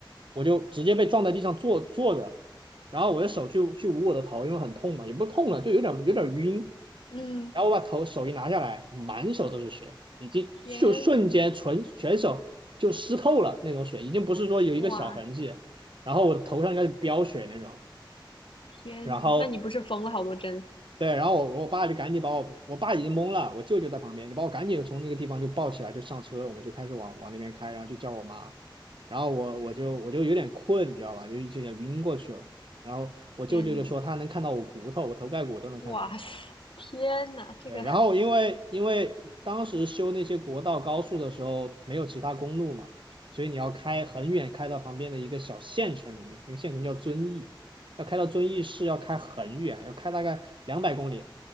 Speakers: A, on the right (about 75°); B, on the left (about 90°).
A: 我就直接被撞在地上坐坐着了，然后我的手去去捂我的头，因为很痛嘛，也不痛了，就有点有点晕。
B: 嗯，
A: 然后我把头手一拿下来，满手都是血，已经就瞬间全全手就湿透了那种血，
B: 天呐，
A: 已经不是说有一个小痕迹。
B: 哇，
A: 然后我头上应该是飙血那种，
B: 天呐，
A: 然后
B: 那你不是缝了好多针？
A: 对，然后我我爸就赶紧把我，我爸已经懵了，我舅舅在旁边，就把我赶紧从那个地方就抱起来，就上车，我们就开始往往那边开，然后就叫我妈，然后我我就我就有点困，你知道吧，就就想晕过去了，然后我舅舅就说他能看到我骨头，
B: 天呐，
A: 我头盖骨都能看到，
B: 哇塞，天呐，这个，
A: 对，然后因为因为当时修那些国道高速的时候没有其他公路嘛，所以你要开很远，开到旁边的一个小县城里面，那个县城叫遵义，要开到遵义市要开很远，要开大概两百公里，